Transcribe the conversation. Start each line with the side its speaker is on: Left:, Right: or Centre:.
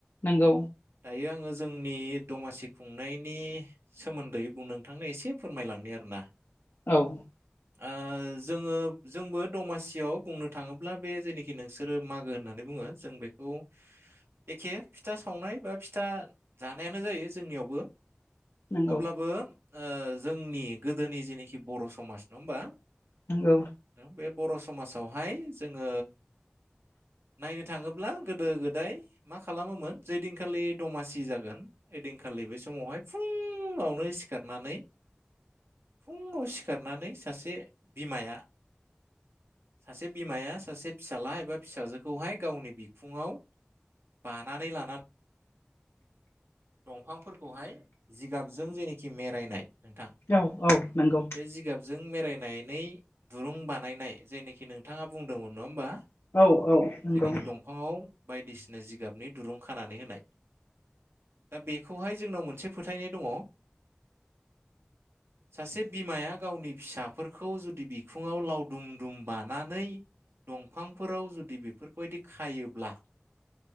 Left: नंगौ
Right: दायो आङो जोंनि दमासि खुंनायनि सोमोन्दै बुं नोंथांनो एसे फोरमायलांनो आरोना।
Left: औ
Right: ओ जोङो जोंबो दमासियाव बुंनो थाङोब्ला बे जेनोखि नोंसोरो मागो होननानै बुङो जों बेखौ एखे फिथा सावनाय बा फिथा जानाय नो जायो जोंनियावबो।
Left: नंगौ
Right: अब्लाबो ओ जोंनि गोदोनि जेनोखि बर' समाज नङा होमबा?
Left: नोंगौ
Right: बे बर' समाजावहाय जोङो नायनो थाङोब्ला गोदो गोदाय मा खालामोमोन जे दिनखालि दमासि जागोन ओइदिनखालि बै समावहाय फुङावनो सिखारनानै फुङाव सिखारनानै सासे बिमाया सासे बिमाया सासे फिसाला एबा फिसाजोखौहाय गावनि बिखुङाव बानानै लाना दंफांफोरखौहाय जिगाबजों जेनाखि मेरायनाय नोंथां
Left: औ औ नंगौ
Right: बे जिगाबजों मेरायनानै दुरुं बानायनाय जायनिखि नोंथाङा बुंदोंमोन नङा होमबा
Left: औ औ नंगौ
Right: जेनोखि दंफाङाव बायदिसिना जिगाबनि दुरुं खानानै होनाय दा बेखौहाय जोंनाव मोनसे फोथायनाय दङ सासे बिमाया गावनि फिसाफोरखौ जुदि बिखुङाव लावदुम दुम बानानै दंफांफोराव जुदि बेफोरबायदि खायोब्ला